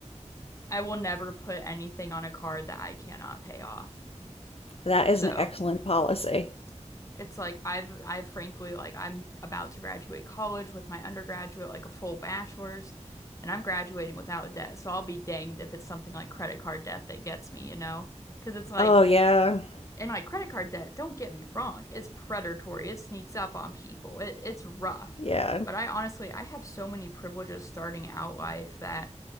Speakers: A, on the left; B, on the left.
A: I will never put anything on a card that I cannot pay off.
B: That
A: So,
B: is an excellent policy.
A: it's like I've I've frankly like I'm about to graduate college with my undergraduate like a full bachelor's and I'm graduating without debt. So I'll be danged if it's something like credit card debt that gets me, you know? 'Cause it's like
B: Oh yeah. <laughs>
A: And like credit card debt, don't get me wrong, it's predatory. It sneaks up on people. It, it's rough.
B: Yeah.
A: But I honestly, I have so many privileges starting out life that